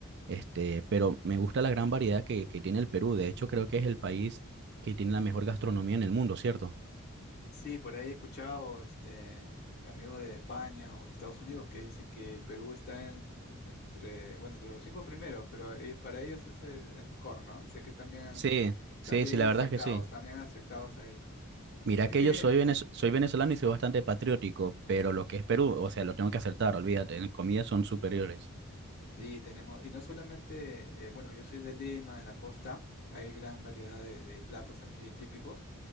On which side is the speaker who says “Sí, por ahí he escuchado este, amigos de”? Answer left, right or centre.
Left